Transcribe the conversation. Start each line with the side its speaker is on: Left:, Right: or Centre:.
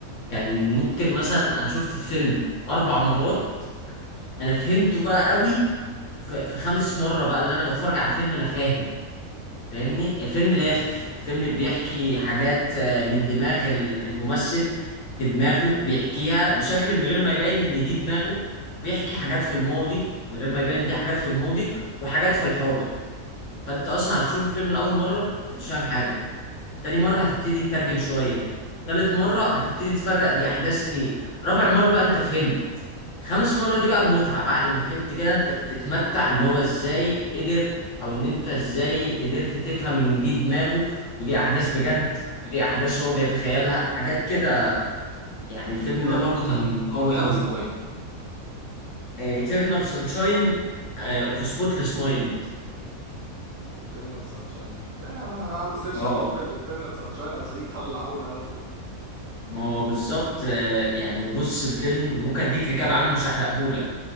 Left: كان ممكن مثلا أنا شفت الفيلم أربع مرات انا فهمته بقى قوي في في خامس مرة بقى اللي أنا بتفرج على الفيلم أنا فاهم فاهمني الفيلم لافف الفيلم بيحكي حاجات آه، من دماغ ال- الممثل في دماغه بيحكيها بشكل من غير ما يبين إن دي دماغه بيحكي حاجات في الماضي من غير ما يبين دي حاجات في الماضي وحاجات في الحاضر فأنت أصلا هتشوف الفيلم لأول مرة أنت مش فاهم حاجة تاني مرة هتبتدي تترجم شوية تالت مرة هتبتدي تفرق دي أحداث إيه رابع مرة بقى أنت فهمت خامس مرة دي بقى المتعة بعد ما فهمت كده انت بتتمتع ان هو ازاي قدر او ان انت ازاي قدرت تفهم ان دي دماغه ودي احداث بجد ودي احداث هو بيتخيلها حاجات كده يعني الفيلم ده
Right: أنت قلت
Left: برضو كان قوي
Right: قلت
Left: قوي
Right: لي اسمه ايه
Left: آه، Eternal Sunshine آه، of a Spotless Mind
Right: eternal sunshine ما انا انا هعمل سيرش
Left: اه
Right: على جوجل eternal sunshine هتلاقيه طلع هولي على طول
Left: ما هو بالظبط آه، يعني بص الفيلم ممكن اديك ركاب عنه مش هحرقهولك